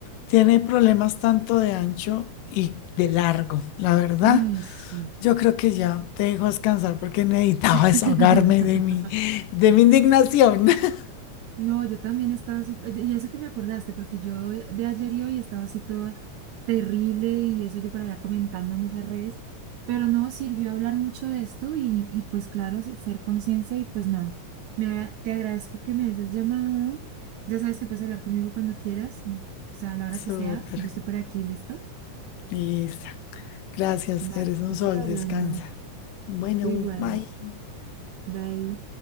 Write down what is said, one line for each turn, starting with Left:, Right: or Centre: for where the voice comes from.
Left: tiene problemas tanto de ancho y de largo, la verdad.
Right: Ay, sí.
Left: Yo creo que ya te dejo descansar porque necesitaba
Right: <laughs>
Left: <laughs> desahogarme de mi, de mi indignación. <laughs>
Right: No, yo también estaba súper, y eso que me acordaste, porque yo de ayer y hoy estaba así toda terrible y eso yo por allá comentando en esas redes, pero no sirvió hablar mucho de esto y, y pues claro, se- ser conciencia y pues nada, me, te agradezco que me hayas llamado, ya sabes que puedes hablar conmigo cuando quieras, o sea, a la hora
Left: Súper.
Right: que sea, yo estoy por aquí, ¿listo?
Left: Lisa. Gracias,
Right: Va,
Left: eres un
Right: vamos
Left: sol,
Right: hablando,
Left: descansa. Bueno,
Right: tú igual,
Left: bye.
Right: bye.